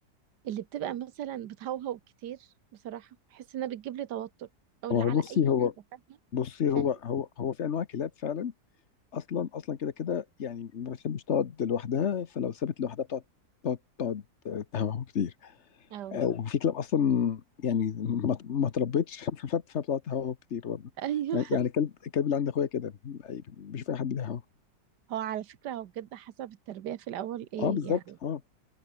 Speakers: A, on the right; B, on the left.
A: اللي بتبقى مثلا بتهوهو كتير بصراحة بحس انها بتجيب لي توتر او اللي
B: هو هو
A: على
B: بصي
A: اي
B: هو
A: حاجة فاهمة
B: بصي
A: فاهم
B: هو هو هو في انواع كلاب فعلا اصلا اصلا كده كده يعني ما بتحبش تقعد لوحدها فلو سابت لوحدها بتقعد تقعد تقعد تهوهو كتير
A: اه
B: آه، مم. وفي كلاب اصلا يعني ما ما تربتش <laughs> ف- فبتقعد تهوهو كتير برضه
A: <laughs> ايوه
B: يعني يعني الكلب الكلب اللي عند اخويا كده أي- بيشوف اي حد بيهوهو
A: هو على فكرة هو بجد حسب التربية في الأول إيه
B: اه بالظبط
A: يعني
B: اه